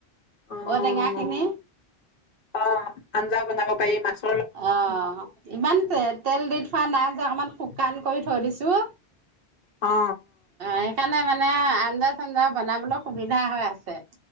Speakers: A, on the left (about 55°); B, on the right (about 65°).
A: অ'।
B: ঔ-টেঙাখিনি,
A: অ আঞ্জা বনাব পাৰি মাছ,
B: অ', ইমান তেল দি, শুকান নাই যে অকমান শুকান কৰি থৈ দিছো, অ',
A: অ
B: সেইকাৰণে মানে, আঞ্জা-চঞ্জা বনাবলৈ সুবিধা হৈ আছে,